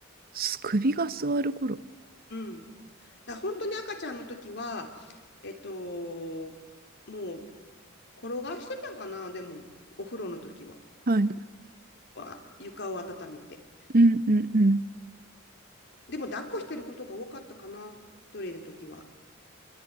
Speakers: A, on the right (about 45°); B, on the left (about 55°).
A: す首が座る頃。
B: うん。だから本当に赤ちゃんの時は、えっと、もう、転がしてたかな、でも、お風呂の時は。
A: はい。
B: は床を温めて。
A: うんうんうん。
B: でも、抱っこしてることが多かったかな、一人の時は。